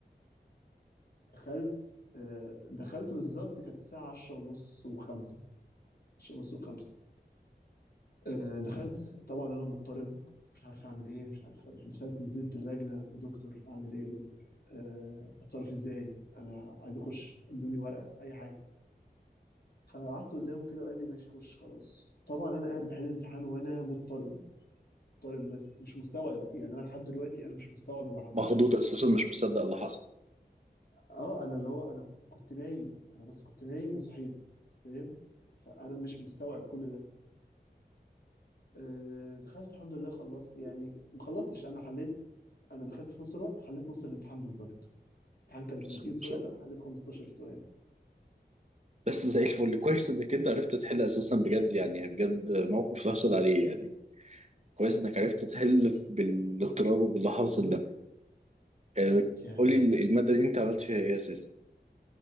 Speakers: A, on the left; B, on the right.
A: دخلت آه، دخلت بالظبط كانت الساعة عشرة ونص وخمسة عشرة ونص وخمسة آه، دخلت طبعا أنا مضطرب مش عارف أعمل إيه مش عارف أروح دخلت نزلت اللجنة يا دكتور أعمل إيه يا دكتور آه، أتصرف إزاي أنا عايز أخش ادوني ورقة أي حاجة فقعدت قدامه كده وقال لي ماشي خش خلاص طبعا انا قاعد بحل امتحان وانا مضطرب طالب بس مش مستوعب يعني انا لحد دلوقتي انا مش مستوعب اللي حصل
B: مخضوض اساسا مش مصدق اللي حصل
A: اه انا اللي هو انا كنت نايم انا بس كنت نايم وصحيت فاهم فانا مش مستوعب كل ده آه، دخلت الحمد لله خلصت يعني ما خلصتش انا حليت انا دخلت في نص الوقت حليت نص الامتحان بالظبط الامتحان كان
B: بسم
A: 30
B: الله ما
A: سؤال
B: شاء الله
A: انا حليت 15 سؤال
B: بس زي الفل كويس انك انت عرفت تحل اساسا بجد يعني بجد موقف تحصل عليه يعني كويس انك عرفت تحل بالاضطراب وباللي حاصل ده يعني
A: يعني
B: قولي ال- المادة دي انت عملت فيها ايه اساسا